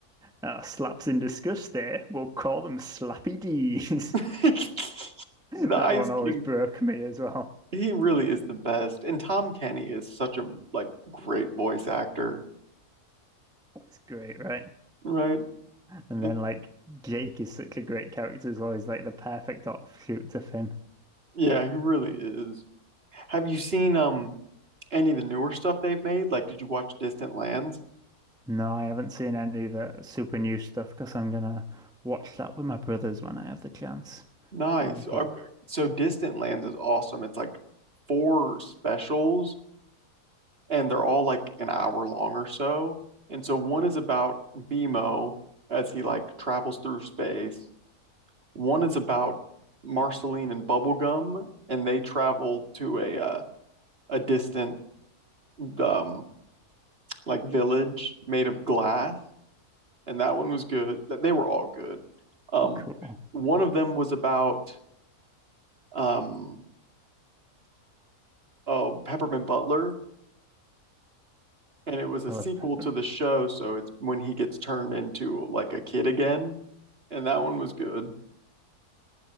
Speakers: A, in the centre; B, on the right.
A: oh, "Slaps in disgust. There, we'll call them Slappy D's."
B: <laughs>
A: <laughs> That
B: The Ice
A: one always
B: King,
A: broke me as well.
B: he really is the best. And Tom Kenny is such a like great voice actor,
A: It's great, right?
B: right?
A: And
B: It,
A: then like Jake is such a great character as well. He's like the perfect offshoot to Finn.
B: yeah, he really is. Have you seen um Any of the newer stuff they've made? Like, did you watch Distant Lands?
A: No, I haven't seen any of the super new stuff because I'm gonna watch that with my brothers when I have the chance.
B: Nice.
A: And I'll go,
B: Okay. So Distant Lands is awesome. It's like four specials, and they're all like an hour long or so. And so one is about Bimo as he like travels through space. One is about Marceline and Bubblegum, and they travel to a uh, a distant um like village made of glass. And that one was good. Th- They were all good. Um,
A: cool.
B: one of them was about um, oh, Peppermint Butler, and it was a
A: I
B: sequel
A: love peppermint.
B: to the show, so it's when he gets turned into like a kid again, and that one was good.